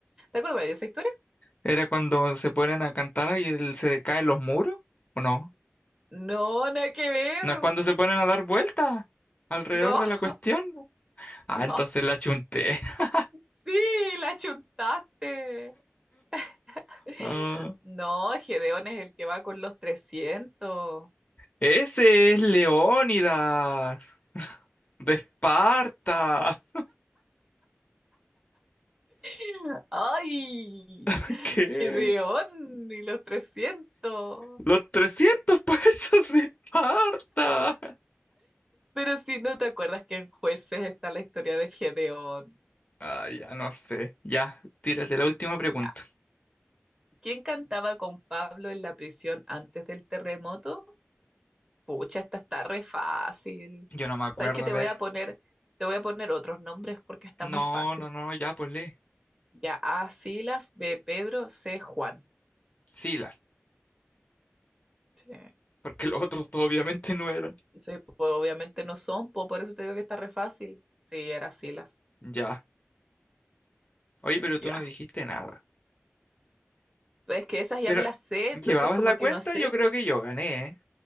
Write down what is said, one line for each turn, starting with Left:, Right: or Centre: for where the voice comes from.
Right: ¿Te acuerdas de esa historia?
Left: ¿Era cuando se ponen a cantar y el- se decaen los muros? ¿O no?
Right: No, nada que ver.
Left: No es cuando se ponen a dar vueltas alrededor
Right: No,
Left: de la cuestión.
Right: <laughs>
Left: Ah,
Right: no.
Left: entonces la chunté. <laughs>
Right: Sí, la chuntaste. <laughs>
Left: Ah,
Right: No, Gedeón es el que va con los 300.
Left: ese es Leónidas de Esparta.
Right: <laughs> ¡Ay!
Left: <laughs> ¿Qué?
Right: Gedeón y los 300.
Left: Los trescientos pesos de Esparta. <laughs>
Right: Pero si no te acuerdas que en Jueces está la historia de Gedeón.
Left: Ah, ya no sé. Ya, tírate la última pregunta.
Right: Ya. ¿Quién cantaba con Pablo en la prisión antes del terremoto? Pucha, esta está re fácil.
Left: Yo no me acuerdo,
Right: ¿Sabes qué? Te
Left: a ver.
Right: voy a poner, te voy a poner otros nombres porque está
Left: No,
Right: muy fácil.
Left: no, no, ya, pues lee.
Right: Ya, A, Silas, B, Pedro, C, Juan.
Left: Silas,
Right: Sí.
Left: porque los otros dos obviamente no eran.
Right: Sí, pues, obviamente no son, po, por eso te digo que está re fácil. Sí, era Silas.
Left: Ya. Oye,
Right: Mm,
Left: pero tú
Right: Ya.
Left: no dijiste nada.
Right: pues, Es que esas ya
Left: Pero,
Right: me las sé,
Left: ¿llevabas
Right: entonces como
Left: la
Right: que
Left: cuenta?
Right: no sé.
Left: Yo creo que yo gané, ¿eh?